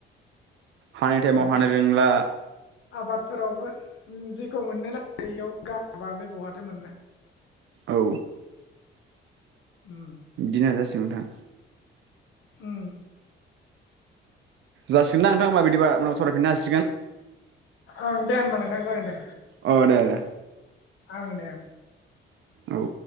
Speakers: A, on the right; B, on the left.
A: हानाय टाइमाव
B: बेनो
A: हानो रोंला।
B: आबादफोरावबो जेखौ मोननो नागिरो बेयाव गाराबालाय बहाथो मोननो।
A: औ।
B: उम
A: बिदिनो दा नोंथां।
B: उम।
A: जासिगोन दां नोंथां मा बिदिबा उनाव सावरायफिननो हसि
B: ओं दे होनबा नोंथां जागोन दे
A: अ दे दे
B: ओं दे।
A: औ।